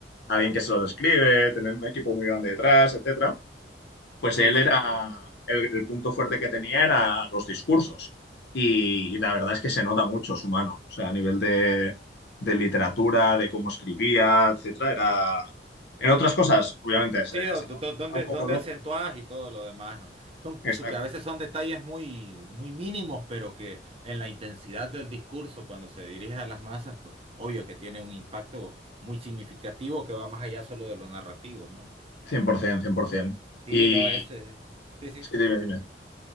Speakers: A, on the left; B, on the right.
A: alguien que se los escribe, tienen un equipo muy grande detrás, etcétera. Pues
B: sí,
A: él
B: sí.
A: era,
B: Sí,
A: el, el punto fuerte que tenía era los discursos. Y, la verdad es que se nota mucho su mano. O sea, a nivel de, de literatura, de cómo escribía, etcétera, era... En otras cosas, obviamente, se-
B: Sí, do-
A: está,
B: do- donde,
A: un poco
B: donde
A: loco.
B: acentuás y todo lo demás, ¿no? Son-
A: Exacto.
B: su- que a veces
A: Cien
B: son detalles muy, muy mínimos, pero que en la intensidad del discurso, cuando se dirige a las masas, pues obvio que tiene un impacto muy significativo que va más allá solo de lo narrativo, ¿no?
A: cien, por ciento, cien por 100%.
B: Sí,
A: Y...
B: no es. eh, Sí, sí,
A: Sí,
B: sí.
A: dime, dime.